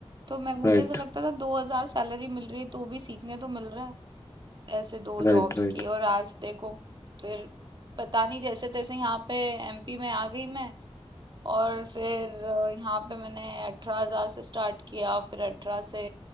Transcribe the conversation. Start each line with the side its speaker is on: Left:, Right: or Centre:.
Right: तो मैं मुझे
Left: Right
Right: ऐसा लगता था दो हजार सैलरी मिल रही है तो भी सीखने तो मिल रहा है ऐसे दो
Left: right
Right: जॉब्स
Left: Right
Right: की और आज देखो फिर पता नहीं जैसे तैसे यहाँ पे एमपी में आ गई मैं और फिर अ, यहाँ पे मैंने अठारह हजार से स्टार्ट किया फिर अठारह से